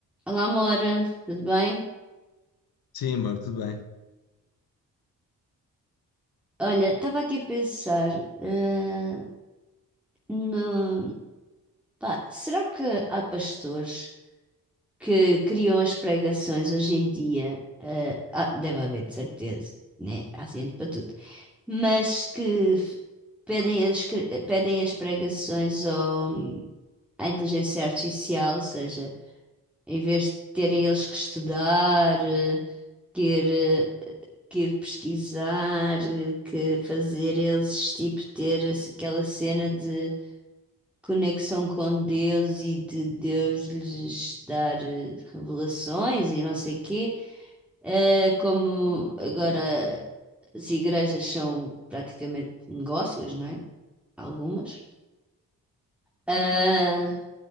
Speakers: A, in the centre; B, on the left.
A: Olá, Mora, tudo bem?
B: Sim, amor, tudo bem.
A: Olha, estava aqui a pensar, eh, no... pá, será que há pastores que criam as pregações hoje em dia? Eh, ah, deve haver, de certeza, né? Há gente para tudo. Mas que f- pedem as, cre- pedem as pregações ao, à inteligência artificial, ou seja, Em vez de terem eles que estudar, eh, que ir, eh, que ir pesquisar, eh, que fazer eles, tipo, ter esse- aquela cena de conexão com Deus e de Deus lhes dar eh, revelações e não sei quê. Eh, como agora as igrejas são praticamente negócios, não é? Algumas. Ah,